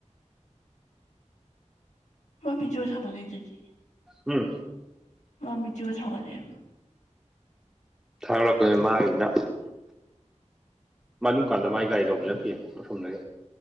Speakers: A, on the left (about 70°); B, in the centre.
A: ꯃꯥꯃꯤꯕꯤꯖꯣ ꯁꯒꯗꯏꯗꯗꯤ
B: ꯎꯝ
A: ꯃꯥ ꯚꯤꯗꯤꯑꯣ ꯊꯥꯒꯠꯂꯛꯑꯦꯕ
B: ꯊꯥꯒꯠꯂꯛꯄꯅꯤ ꯃꯥꯒꯤꯅ ꯃꯅꯨꯡ ꯀꯥꯟꯗ ꯃꯥꯥꯏ ꯒꯥꯔꯤ ꯂꯧꯕ ꯆꯠꯈꯤ ꯑꯁꯣꯝꯗꯒꯤ